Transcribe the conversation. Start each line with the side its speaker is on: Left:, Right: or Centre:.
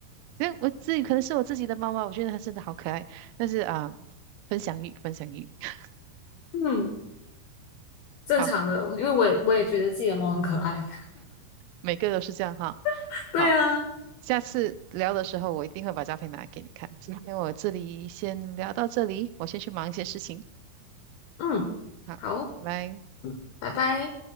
Right: 所以我自己可能是我自己的猫猫，我觉得它真的好可爱。但是啊、分享欲，分享欲，<laughs>
Left: 嗯，正常的，
Right: 好，
Left: 因为我也我也觉得自己的猫很可爱。
Right: 每个都是这样哈。
Left: <laughs> 对啊，
Right: 好，下次聊的时候我一定会把照片拿给你看。今天我这里先聊到这里，我先去忙一些事情。
Left: 嗯，
Right: 好，
Left: 好，
Right: 拜拜。
Left: 拜拜。